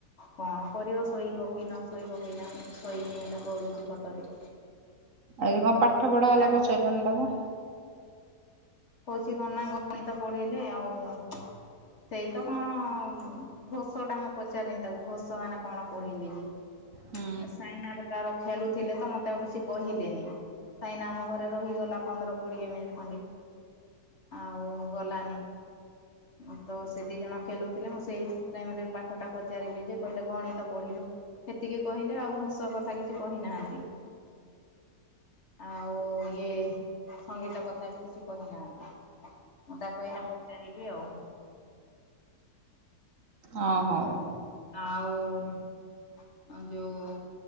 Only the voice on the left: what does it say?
କଣ କରିବ, ଶୋଇବ କି ନ ଶୋଇବ କେଜାଣି ଶୋଇନି ହେଲେ ଗଡୁଛି ଖଟରେ।
ଭାତ
କହୁଛି କଣ ନା ଗଣିତ ପଢେଇଲେ, ଆଉ ସେଇ ତ କଣ ଘୋଷ ଟା ମୁଁ ପଚାରିନି ତାକୁ ଘୋଷ ମାନେ କଣ ପଢେଇଲେ କି
ଏ ସାଇନାର ର ଖେଳୁଥିଲେ ତ ମତେ ଆଉ କିଛି କହିଲେନି। ସାଇନା ଆମ ଘରେ ରହିଗଲା ପନ୍ଦର କୋଡ଼ିଏ ମିନିଟ୍ ଖଣ୍ଡେ ଆଉ ଗଲାନି। ମୁଁ ତ ସେ ଦିଇ ଜଣ ଖେଲୁଥିଲେ ମୁଁ ସେଇ ଟାଇମରେ ପାଠଟା ପଚାରିଲି ଯେ କହିଲେ ଗଣିତ ପଢ଼ିଲୁ। ହେତିକି କହିଲେ ଆଉ ଘୋସ କଥା କିଛି କହିନାହାନ୍ତି। ଆଉ ଇଏ ସଙ୍ଗୀତ କଥା ବି କିଛି କହିନାହାନ୍ତି। ମୁଁ ତାକୁ ଏଇନା ପଚାରିବି ଆଉ।
ଆଉ ଯୋଉ